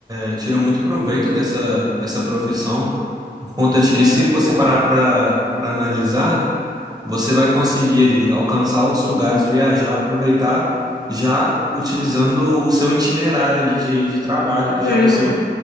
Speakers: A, on the right; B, on the left.
A: é, tira muito proveito dessa dessa profissão por conta de
B: é.
A: que se você parar para para analisar, você vai conseguir ali alcançar outros lugares, viajar, aproveitar já utilizando o seu itinerário ali de, de trabalho
B: É
A: que já
B: mesmo,
A: você